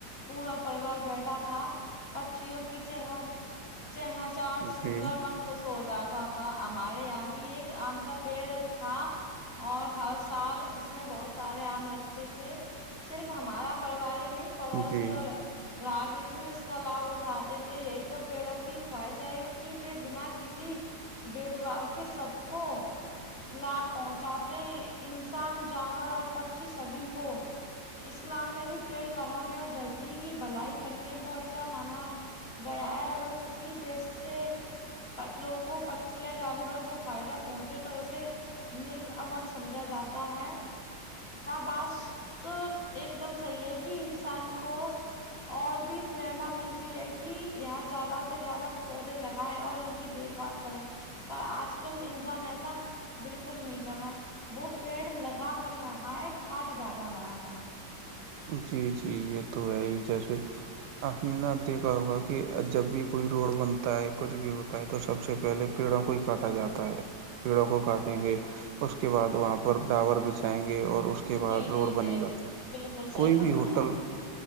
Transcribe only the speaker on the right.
جی
جی
جی جی یہ تو ہے ہی جیسے آپ نے نا دیکھا ہوا کہ جب بھی کوئی روڈ بنتا ہے کچھ بھی ہوتا ہے تو سب سے پہلے پیڑوں کو ہی کاٹا جاتا ہے پیڑوں کو کاٹیں
گے اس کے بعد وہاں پر ڈاور بچھائیں گے اور اس کے اس کے بعد
ضرور
بنے گا
کوئی
بھی ہوٹل